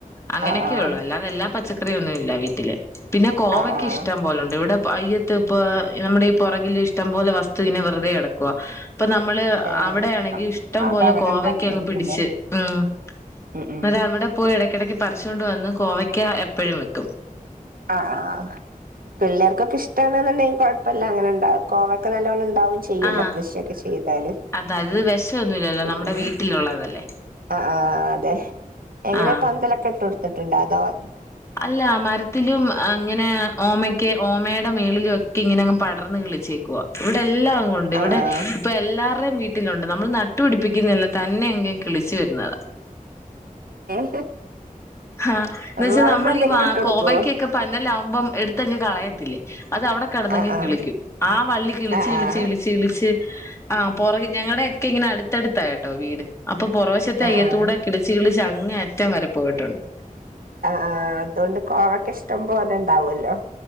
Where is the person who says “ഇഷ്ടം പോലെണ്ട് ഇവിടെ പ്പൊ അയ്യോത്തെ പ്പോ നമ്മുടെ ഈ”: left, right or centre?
Left